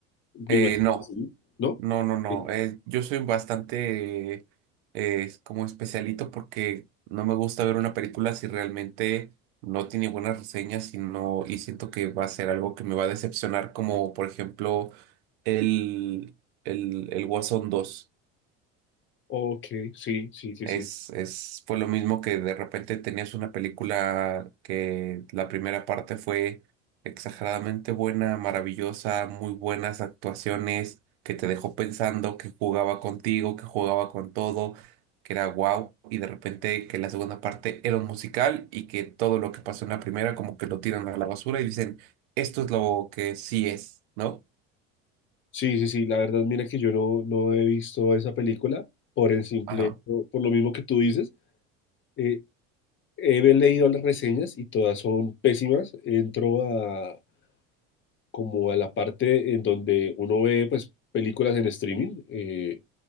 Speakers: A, on the left; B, on the right.
A: me
B: Eh,
A: imagino
B: no.
A: que sí, ¿no?
B: No, no, no.
A: Sí.
B: eh, yo soy bastante eh, como especialito porque no me gusta ver una película si realmente no tiene buenas reseñas y no, y siento que va a ser algo que me va a decepcionar, como por ejemplo el, el, el Guasón 2.
A: Ok, sí, sí, sí,
B: Es,
A: sí.
B: es, fue lo mismo que de repente tenías una película que la primera parte fue exageradamente buena, maravillosa, muy buenas actuaciones, que te dejó pensando, que jugaba contigo, que jugaba con todo, que era guau, y de repente que la segunda parte era un musical y que todo lo que pasó en la primera como que lo tiran a la basura y dicen, esto es lo que sí es, ¿no?
A: Sí, sí, sí, la verdad, mira que yo no, no he visto esa película por el simple,
B: Ajá.
A: por por lo mismo que tú dices. Eh, he leído las reseñas y todas son pésimas. Entro a como a la parte en donde uno ve pues películas en streaming eh,